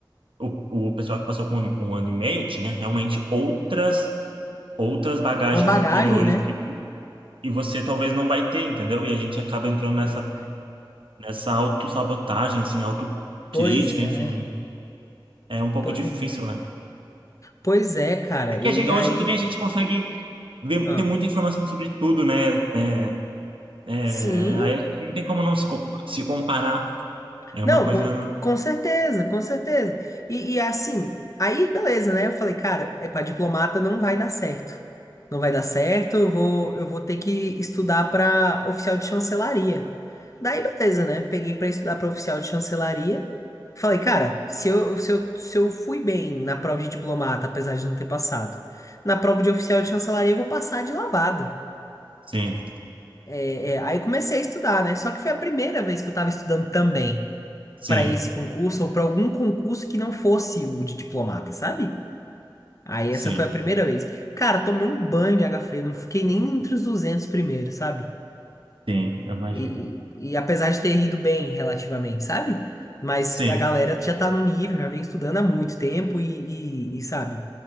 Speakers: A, on the right; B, on the left.
A: o, o pessoal que passou com um ano e meio tinha realmente outras outras bagagens
B: Uma bagagem,
A: anteriores
B: né?
A: que, e você talvez não vai ter, entendeu? E a gente acaba entrando
B: Pois
A: nessa
B: é.
A: nessa autossabotagem, assim, autocrítica,
B: Pois é,
A: enfim, é um pouco
B: pois
A: difícil,
B: é.
A: né?
B: Pois é, cara,
A: É que
B: e
A: a gente,
B: aí?
A: hoje também a gente consegue ver,
B: Ah.
A: ter muita informação sobre tudo, né? É, é,
B: Sim,
A: aí a gente não tem como não se, co- se comparar. É
B: Não,
A: uma coisa.
B: com, com certeza, com certeza. E, e assim, aí beleza, né? Eu falei, cara, é para diplomata não vai dar certo. Não vai dar certo, eu vou, eu vou ter que estudar para oficial de chancelaria. Daí beleza, né? Peguei para estudar para oficial de chancelaria. Falei, cara, se eu, se eu, se eu fui bem na prova de diplomata, apesar de não ter passado, na prova de oficial de chancelaria eu vou passar de lavada.
A: Sim,
B: É, é, aí comecei a estudar, né? Só que foi a primeira vez que eu tava estudando também
A: sim,
B: para esse concurso ou para algum concurso que não fosse o de diplomata, sabe? Aí
A: sim,
B: essa foi a primeira vez. Cara, tomei um banho de água fria, não fiquei nem entre os 200 primeiros, sabe?
A: sim, eu imagino.
B: E, e, e apesar de ter ido bem relativamente, sabe? Mas
A: Sim,
B: a galera já tá no nível, já vem estudando há muito tempo e, e, e sabe?